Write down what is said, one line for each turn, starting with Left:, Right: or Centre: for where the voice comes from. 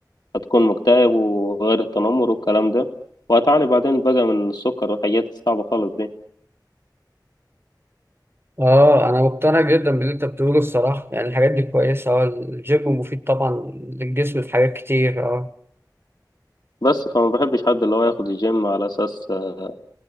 Left: هتكون مكتئب وغير التنمر والكلام ده وهتعاني بعدين بقى من السكر والحاجات الصعبة خالص دي
Right: اه انا مقتنع جدا باللي انت بتقوله الصراحه يعني الحاجات دي كويسه اه الجيم مفيد طبعا للجسم في حاجات كتير اه
Left: بس فما بحبش حد اللي هو ياخد الجيم على أساس آه،